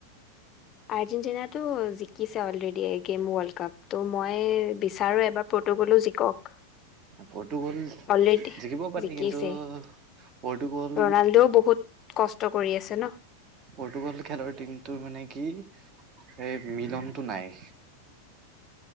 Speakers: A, on the left (about 25°); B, on the right (about 25°).
A: আৰ্জেন্টিনা টো জিকিছে অলৰেদি এগেম ৱৰ্ল্ড কাপ, ত মই বিচাৰোঁ এইবাৰ পৰ্টুগলো জিকক
B: পৰ্টুগোল
A: অলৰেডি
B: জিকিবও পাৰি
A: জিকিছে
B: কিন্তু পৰ্তুগল
A: ৰনাল্ডোও বহুত কষ্ট কৰি আছে ন
B: পৰ্তুগোল খেলৰ টিমটো মানে কি এই মিলনটো নাই